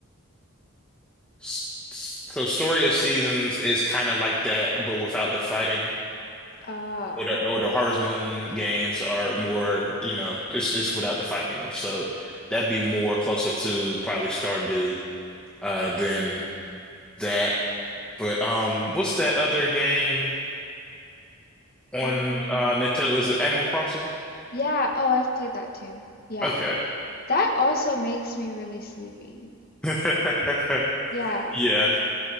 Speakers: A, in the centre; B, on the left.
A: s- s- so Story of Seasons is kind of like that, but without the fighting.
B: Oh.
A: Or the, or the Harvest Moon games are more, you know, it's it's without the fighting. So that'd be more closer to probably Stardew uh than that. But um what's that other game on
B: Um,
A: uh Nintendo? Is it Animal Crossing?
B: yeah. Oh, I've played that too. Yeah.
A: Okay.
B: That also makes me really sleepy.
A: <laughs>
B: Yeah.
A: Yeah.